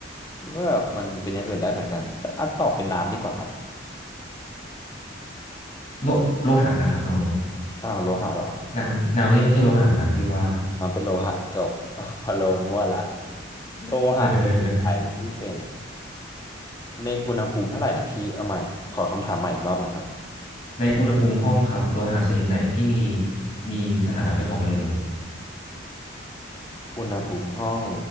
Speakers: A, on the left (about 20°); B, on the left (about 35°).
A: หรือว่าแบบมันเป็นอย่างอื่นได้เหมือนกันแต่อ่ะตอบเป็นน้ำดีกว่าครับ
B: โลโลหะนะครับน้อง
A: อ้าวโลหะเหรอ
B: น้ำน้ำนี่ไม่ใช่โลหะนะพี่ว่า
A: น้ำเป็นโลหะจบ <laughs> อ้าวพะโลนมั่วละโลหะคือไอที่เป็น
B: <laughs>
A: ในอุณหภูมิเท่าไหร่นะพี่เอาใหม่ขอคำถามใหม่อีกรอบหนึงครับ
B: ในอุณหภูมิห้องครับโลหะชนิดไหนที่มีมีสถานะเป็นของเหลว
A: อุณหภูมิห้อง